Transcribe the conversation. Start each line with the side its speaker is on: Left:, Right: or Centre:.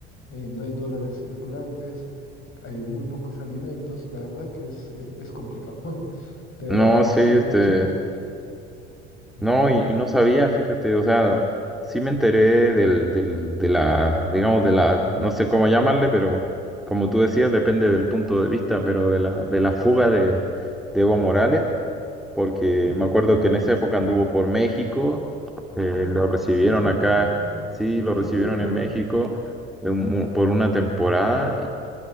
Left: eh, no hay dólares circulantes, hay muy pocos alimentos, la verdad que es, es, es complicado. <laughs> Pero,
Centre: No, sí,
Left: pero
Centre: este.
Left: pucha. Mm,
Centre: No, y, y no sabía, fíjate, o sea, sí me enteré del, del, de la, digamos, de la, no sé cómo llamarle, pero como tú decías, depende del punto de vista, pero de la, de
Left: mm.
Centre: la fuga de, de Evo Morales, porque
Left: Sí.
Centre: me acuerdo que en esa época anduvo por México, eh,
Left: Ah,
Centre: lo recibieron
Left: es verdad.
Centre: acá, sí, lo
Left: Cierto.
Centre: recibieron en México en un- por una temporada